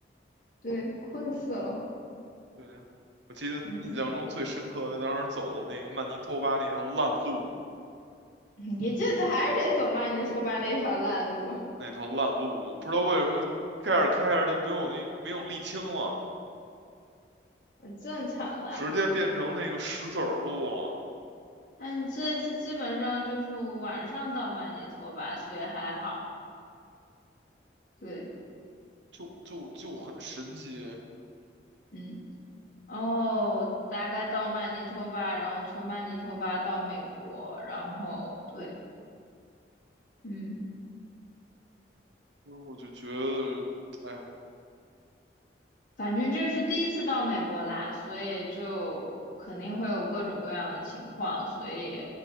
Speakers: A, on the left; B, on the right.
A: 对，困死了，
B: 对，我记得印象中最深刻的，
A: 嗯，
B: 当时走了那个曼尼托巴那条烂路，
A: <laughs> 你这次还是得走曼尼托巴那条烂路。
B: 那条烂路嘛，不知道为什么开着开着就没有那没有沥青了，
A: 很正常啦。
B: 直接变成那个石子儿路了，
A: 那你这次基本上就是晚上到曼尼托巴，所以还好。对，
B: 就就就很神奇，
A: 嗯，哦，大概到曼尼托巴，然后从曼尼托巴到美国，然后对，嗯，
B: 所以我就觉得，哎，
A: 反正这是第一次到美国啦，所以就肯定会有各种各样的情况，所以